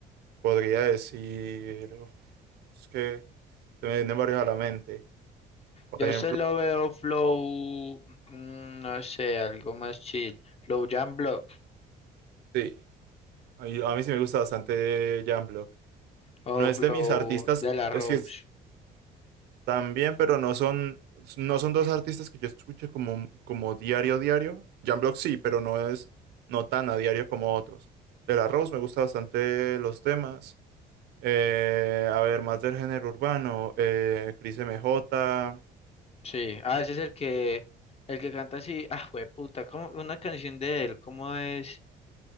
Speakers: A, on the right; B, on the left.
A: podría decir, uf, es que se me vienen varios a la mente. Por
B: yo
A: ejemplo,
B: se lo veo flow, mm, no sé, algo más chill. Flow Jam Block
A: sí, a mí, a mí sí me gusta bastante Jan
B: o
A: No es
B: Flow
A: de mis artistas,
B: de la Rose.
A: es que es- también, pero no son, no son dos artistas que yo escuche como, como diario, diario. Jan Block sí, pero no es, no tan a diario como otros. De la Rose me gusta bastante los temas. Eh, a ver, más del género urbano. Eh, Cris MJ.
B: Sí, ah, ese es el que, el que canta así, ah, puta, como una canción de él, ¿cómo es?